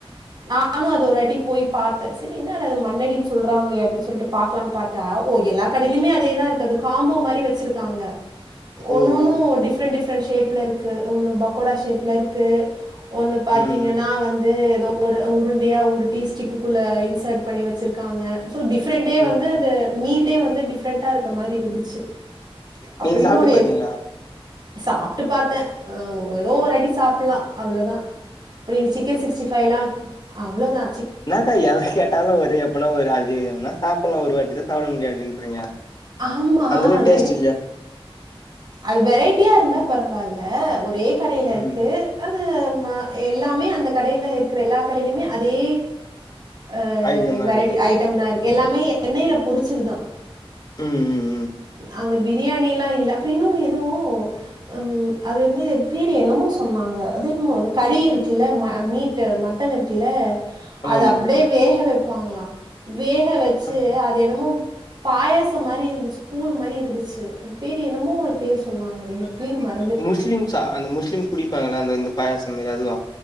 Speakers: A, on the right; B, on the left.
A: நானு அது ஒரு வாட்டி போய் பாத்தே சேரி என்னடா அது மன்னடின்னு சொல்றாங்களே அப்டின்னு சொல்ட்டு பாக்லான் பாத்தா ஓ எல்லா கடைலயுமே அதோதா இருக்கு காம்போ மாரி வச்சுருக்காங்க
B: ஓ
A: ஒன்னொன்னு
B: ஓகே
A: டிஃப்ரெண்ட் டிஃப்ரெண்ட் ஷேப்லருக்கு ஒன்னு பக்கோடா ஷேப்லருக்கு ஒண்ணு பாத்தீங்கன்னா
B: ம் ம்
A: வந்து ஏதோ ஒரு உருண்டையா உருட்டி ஸ்டிக்குக்குள்ள இன்சர்ட் பண்ணி வச்சிருக்காங்க சோ டிஃப்ரெண்ட்டே வந்துது
B: ம்
A: மீட் டே‌ வந்து டிஃப்ரெண்டாருக்க மாரி இருந்துச்சு அப்டி
B: நீங்க
A: இன்னொன்னு
B: சாப்ட்டு பாத்தீங்களா
A: இது சாப்ட்டு பாத்தே அ ஏதோ ஒரு வாட்டி சாப்புட்லா அவ்ளோதா இப்ப நீங்க சிக் கன் சிக்ஸ்டி ஃபைவ் எல்லா அவ்ளோ தா
B: என்னக்கா எத கேட்டாலு ஒரு எப்பனா ஒரு அது அதிகம்னா சாப்பிட்லா ஒரு வாட்டி தா சாப்ட முடியு அப்டின்றீங்க
A: ஆமா
B: அந்த அளவு
A: அதானே
B: டேஸ்ட் இல்லையா
A: அது வெரைட்டியாருந்தா பரவாயில்ல ஒரே கடைல
B: ம்
A: இருக்கு அது ஆமா‌ எல்லாமே அந்த கடைல இருக்கிற எல்லா கடைலயுமே அதே அ
B: ஐட்டம் தா
A: வெரைட்டி
B: இருக்குது
A: ஐட்டம் தாருக்கு எல்லாமே எண்ணெய்ல பொரிச்சதுதா
B: ம் ம் ம்
A: அங்க பிரியாணில்லா இல்ல அப்றோ இன்னுனு எதோ ம் அது வந்து பேர் என்னமோ சொன்னாங்க அது என்மோ அது கறி இருக்குல்ல மீட் டு மட்டன் இருக்குல்ல அது
B: ஆமா
A: அப்டியே வேக வைப்பாங்களாம் வேக வச்சு
B: ஆமா
A: அத என்னமோ பாயசம் மாரிருந்துச்சு கூழ் மாரிருந்துச்சு அது பேர் என்னமோ ஒரு பேர் சொன்னாங்க அது எனக் பேர் மற
B: முஸ்லிம்ஸா அந்த முஸ்லிம்ஸ் குடிப்பாங்கள அந்த இந்த பயாசம் மாரி அதுவா